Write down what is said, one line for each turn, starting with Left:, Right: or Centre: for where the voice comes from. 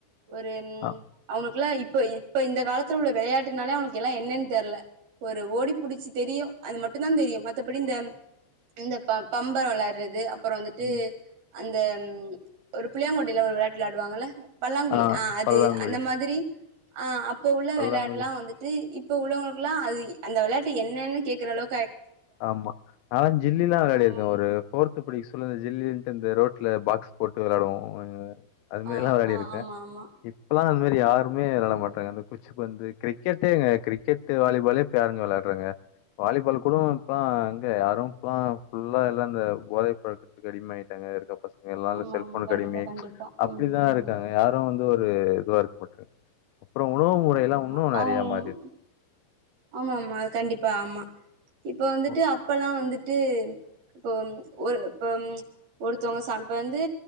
Right: ஒரு ம்
Left: அ
Right: அவங்களுக்கெல்லாம் இப்ப இப்ப இந்த காலத்துல உள்ள விளையாட்டுனாலே அவங்களுக்கு எல்லாம் என்னன்னு தெரில ஒரு ஓடி புடிச்சி தெரியும் அது மட்டும் தான் தெரியும் மத்தபடி இந்த பம்பரம் விளையாடுறது அப்புறம் வந்துட்டு
Left: ம்.
Right: அந்த ம் ஒரு புளியாங்கொட்டையில ஒரு விளாட்டு விளாடுவாங்கல்ல பல்லாங்குழி
Left: ஆ
Right: ஆஹ் அது
Left: பல்லாங்குழி,
Right: அந்த மாதிரி ஆஹா இப்ப உள்ள
Left: பல்லாங்குழி.
Right: விளையாட்டுலாம் வந்துட்டு இப்ப உள்ளவங்களுக்குல்லாம் அதி அந்த வெளாட்டு என்னன்னுேக்குறாலோ
Left: ஆமா நா ஜில்லி எலாம் விளையாடி
Right: ஆமா
Left: இருக்கேன் ஒரு ஃபோர்த் படி ஜில்லின்ட்டு இந்த ரோட்ல பாக்ஸ் போட்டு வெளயாடுவோம் அது மாரி
Right: ஆ
Left: எல்லாம் வெளாடி
Right: ஆ
Left: இருக்கேன்
Right: ஆமா ஆமா
Left: இப்ப எல்லாம் அது மாரி யருமே
Right: ம்
Left: விளயாட
Right: ம்
Left: மாட்டறாங்க அந்த குச்சி பந்து கிரிக்கெட்டே எங்க கிரிக்கெட் வாலிபாலே இப்ப யாருங்க விளையாடுறாங்க வாலிபால் கூட
Right: ஆமா ஆமா
Left: அங்க யாரும்ல்லாம்புல்லா எல்லாம் இந்த போதை பழக்கத்துக்கு அடிமாயிட்டா இதுக்கு அப்பறம் பசங்க எல்ல
Right: ஆமா
Left: செல்போன்
Right: ஆமா கண்டிப்பா
Left: அடிமை
Right: கண்டிப்பா
Left: அப்டிதான்
Right: ம் ஆமா
Left: இருக்காங்க யாரும் வந்து ஒரு இது வ இருக்கு போட்ட அப்பறம் உணவுல முற
Right: ஆமா
Left: எலாம்
Right: ஆமா
Left: இன்னும் நெறய
Right: அவுங்
Left: மாரி இருக்கு
Right: ஆமா ஆமா அது கண்டிப்பா ஆமா இப்ப வந்துட்டு
Left: இப்போ.
Right: அப்பலாம் வந்துட் ட்டு இப்போ ஒரு இப்ப ஒருத்தவங்க இப்ப வந்து